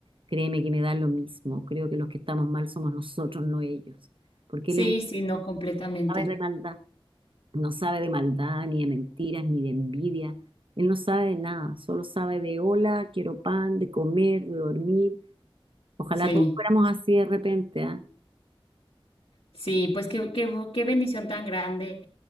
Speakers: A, on the right; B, on the left.
A: créeme que me da lo mismo. Creo que los que estamos mal somos nosotros, no ellos. Porque
B: Sí,
A: él es un
B: sí, no completamente.
A: sabe de maldad. No sabe de maldad, ni de mentiras, ni de envidia. Él no sabe de nada, solo sabe de hola, quiero pan, de comer, de dormir. Ojalá
B: Sí.
A: todos fuéramos así de repente, ¿ah?
B: Sí, pues qué, qué, qué bendición tan grande